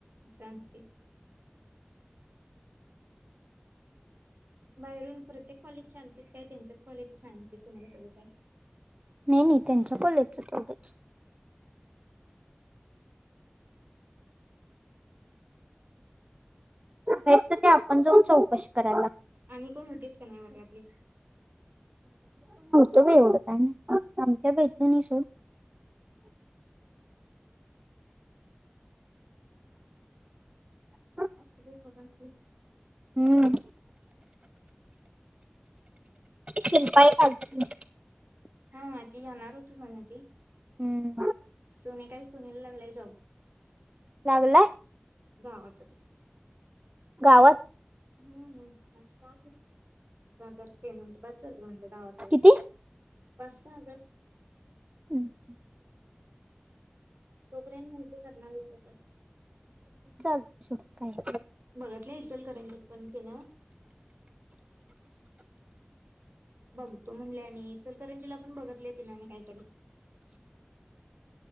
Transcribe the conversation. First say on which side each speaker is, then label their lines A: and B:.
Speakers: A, on the right; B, on the right.
A: सांगते. बाहेरून प्रत्येक कॉलेज चालतयंते काय त्यांच्यात कॉलेजचे सांगितले तुम्हाला सगळं काय.
B: नाही, नाही त्यांचं कॉलेजच तेवढंच. नाहि त र आपण जाऊन चौकशी कराय लागत्या.
A: आणि कोण होतीत काय नाही वर्गातली.
B: तो एवढं का ना आमत्या बैदनि नाही सोड ह
A: असलि बघा कि
B: हम्म शिल्पा आहेखालचि
A: हा ती जाणार होती म्हणा ती
B: हम्म
A: तुने काही सुनीला लागलंय जॉब
B: लागलाय
A: दावातच
B: गावात
A: हम पाच सहा हजार पेमेंट बास झालं म्हटलं आहे गावातल्या गावात
B: किती
A: पाच सहा हजार
B: हम्म
A: तोपर्यंत म्हटली करणार आहे त्याचा
B: चालते सोड काय पाच
A: बघतलं इचल करंजित पण तिन बघतो म्हल्या नि ईचल करंजीला पण बघ तलितिन काहीतरी